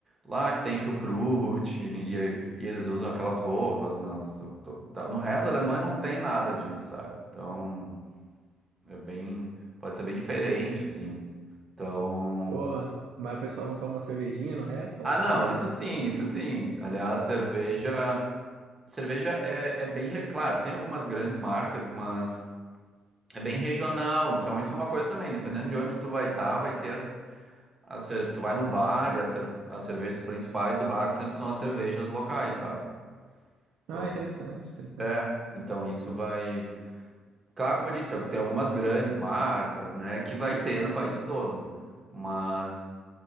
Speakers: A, on the right; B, on the right.
A: lá que tem chucrute, <laughs> e, e eles usam aquelas roupas nas, octo- tá- no resto da Alemanha não tem nada disso, sabe? Então, é bem, pode ser bem diferente, assim. Então,
B: Pô, mas o pessoal não toma uma cervejinha no resto? Toma
A: ah,
B: também,
A: não, isso
B: né?
A: sim, isso sim. Aliás, cerveja, cerveja é, é bem, re- claro, tem algumas grandes marcas, mas é bem regional, então isso é uma coisa também, dependendo de onde tu vai estar, vai ter as a cer- tu vai no bar e a cer- as cervejas principais do bar sempre são as cervejas locais, sabe? Então,
B: Ah, interessante, interessante.
A: é, então isso vai. Claro, como eu disse, tem algumas grandes marcas, né, que vai ter no país todo, mas